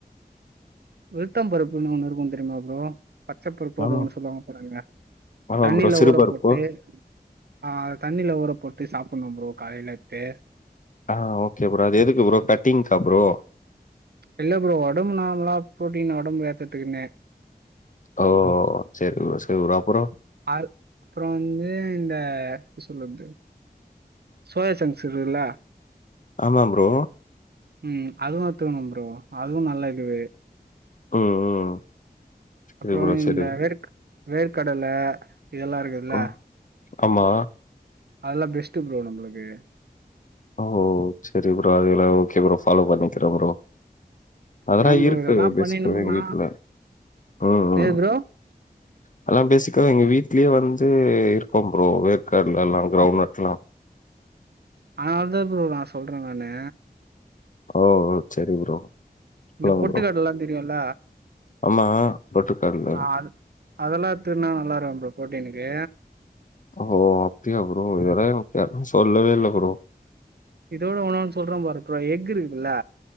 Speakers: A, on the right; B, on the left.
A: வெழீத்தம் பருப்புன்னு ஒன்னு இருக்கு தெரியுமா ப்ரோ பச்சப்பருப்பு
B: ஆமா
A: அத ஒன்னு சொல்லுவாங்க பாறுங்க
B: ஆமா
A: தண்ணில
B: ப்ரோ சிறுபருப்பு
A: ஊற போட்டு ஆ அத தண்ணில ஊற போட்டு சாப்புண்ணு ப்ரோ காய்லெத்து
B: ஹா ஓகே ப்ரோ அது எதுக்கு ப்ரோ கட்டிங்க்கா ப்ரோ
A: இல்ல ப்ரோ ஒடம்பு நார்மலா ப்ரோட்டீன் ஒடம்பு ஏத்துதுக்குன்னே
B: ஓ செர் ரோ செவ் ப்ரோ அப்புறோ
A: ஆர் அப்புறோ வந்து இந்த எப்டி சொல்றது சோயா சங்க்ஸ் இருகுதுல
B: ஆமா ப்ரோ
A: ம் அதுவு எத்துக்குனு ப்ரோ அதுவு நல்லது
B: ம் ம்
A: அப்புறோ
B: சரி ப்ரோ
A: இந்த
B: சரி ப்ரோ
A: வேர்க் வேர்க்கடல இதெல்லா இருக்குதுல்ல
B: ம் ஆமா
A: அதெல்லா பெஸ்ட்டு ப்ரோ நம்மளுக்கு
B: ஓ சரி ப்ரோ அதுல்லா ஓகே ப்ரோ ஃபாலோ பண்ணிக்கிறே ப்ரோ அதெல்லா
A: அதா ப்ரோ
B: இருக்கு
A: இதெல்லா
B: பேசிக்கலி
A: பண்ணினமுன்னா
B: எங்க வீட்டுல ம் ம்
A: ஏ <inaudible>
B: அதுலா பேசிக்கா எங்க வீட்லேயே வந்து இருக்கோ ப்ரோ வேர்கற்கடல எல்லா கிரவுண்ட் நட்ல்லா
A: அதனால தா ப்ரோ நா சொல்றே நானு
B: ஓ சரி ப்ரோ
A: இந்த
B: சொல்லுங்க
A: பொட்டுக்கடலல்லா
B: ப்ரோ
A: தெரியுல்ல
B: ஆமா போட்ருக்காருல்ல.
A: ஆ அது அதெல்லா திருன்னா நல்லா இருக்கு ப்ரோ ப்ரோட்டீனுக்கு
B: ஓ அப்டியா ப்ரோ வேற எனக்கு <unintelligible> சொல்லவே இல்ல ப்ரோ
A: இதோட ஒன்னே ஒன்னு சொல்றே பார் இப்ப எக் இருக்குதுல்ல